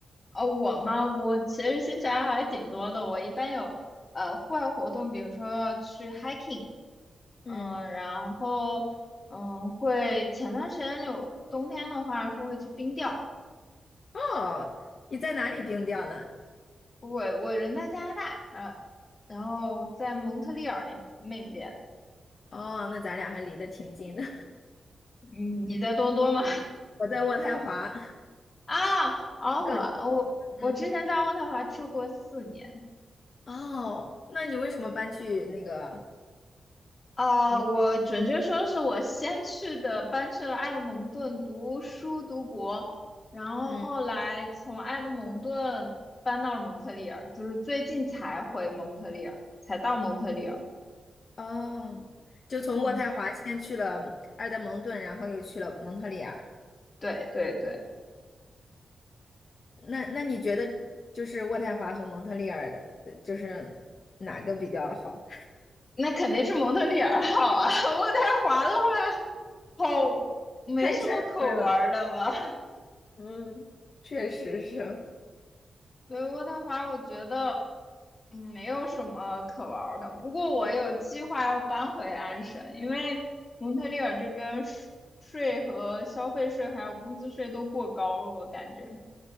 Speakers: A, on the left (about 30°); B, on the left (about 45°).
A: 哦，我吗？我其实兴趣爱好还挺多的。我一般有呃户外活动，比如说去 hiking，
B: 嗯，
A: 嗯，然后嗯会前段时间有冬天的话是会去冰钓。
B: 哦，你在哪里冰钓呢？
A: 我我人在加拿大，呃，然后在蒙特利尔那那边。
B: 哦，那咱俩还离得挺近的。
A: 你你在多伦多吗？
B: <laughs> 我在渥太华，
A: 啊，渥太华，
B: 更，
A: 我我之前在渥太华住过四年。
B: 嗯。哦，那你为什么搬去那个？
A: 啊、
B: 嗯
A: 我准确说是我先去的，搬去了埃德蒙顿读书读博，然后后来从埃德蒙顿搬到了蒙特利尔，
B: 嗯，
A: 就是最近才回蒙特利尔，才到蒙特利尔。
B: 哦，就从渥太华先去了埃德蒙顿，
A: 嗯，
B: 然后又去了蒙特利尔。
A: 对对对，
B: 那那你觉得就是渥太华和蒙特利尔的，呃就是哪个比较好？
A: 那肯定是蒙特利尔好啊。渥太华的话，好，
B: <laughs>
A: 没什么可玩儿的吧？
B: 太山村了。嗯，确实是。
A: 所以渥太华我觉得，嗯，没有什么可玩儿的。不过我有计划要搬回安省，因为蒙特利尔这边税税和消费税还有工资税都过高了，我感觉。